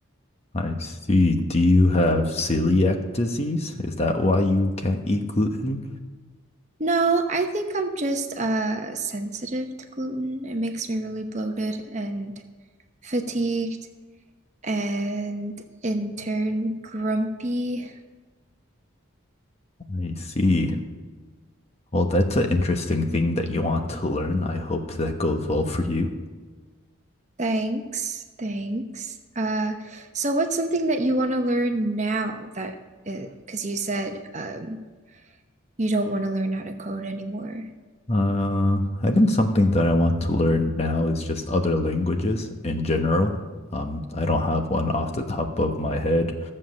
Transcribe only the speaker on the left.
I see. Do you have celiac disease? Is that why you can't eat gluten?
I see. Well, that's an interesting thing that you want to learn. I hope that goes well for you.
Uh, I think something that I want to learn now is just other languages in general. Um, I don't have one off the top of my head,